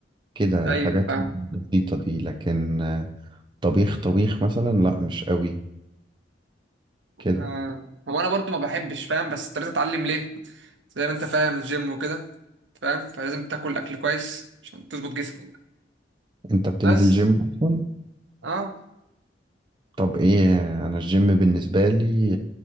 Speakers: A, on the right; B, on the right.
A: كده
B: ايوه
A: الحاجات
B: فاهم
A: البسيطه دي لكن طبيخ طبيخ مثلا لا مش قوي كده
B: آه. هو انا برضو ما بحبش فاهم بس اضطريت اتعلم ليه؟ زي ما انت فاهم الجيم وكده فاهم فلازم تاكل اكل كويس عشان تظبط جسمك
A: انت بتنزل
B: بس
A: جيم اصلا
B: اه
A: طب ايه انا الجيم بالنسبه لي